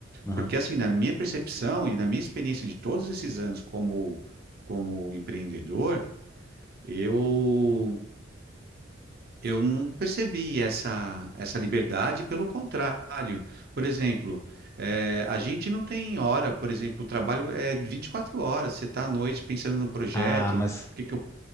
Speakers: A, on the left; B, on the right.
A: Aham.
B: Porque assim, na minha percepção e na minha experiência de todos esses anos como, como empreendedor, eu Eu não percebi essa, essa liberdade, pelo contrário. Por exemplo, eh, a gente não tem hora, por exemplo, o trabalho é 24 horas, você está à noite pensando no projeto,
A: Ah, mas.
B: o que que eu,